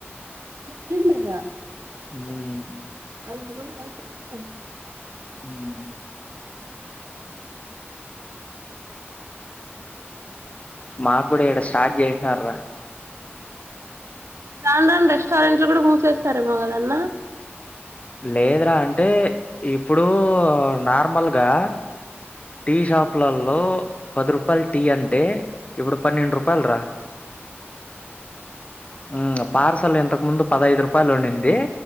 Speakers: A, on the right; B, on the left.
A: కచ్చితంగా
B: హ్మ్
A: ఆలు రోజులు అయిపోతాయి
B: హ్మ్ మాక్కూడా ఈడ స్టార్ట్ చేసినారురా
A: రాను రానను రెస్టారెంట్లు కూడా మూసేస్తారేమో కదన్నా
B: లేదురా అంటే ఇప్పుడూ నార్మల్గా టీ షాపులల్లో పది రూపాయల టీ అంటే ఇప్పుడు పన్నెండు రూపాయల్రా హ్మ్ పార్సల్ ఇంతకు ముందు పదైదు రూపాయలుండింది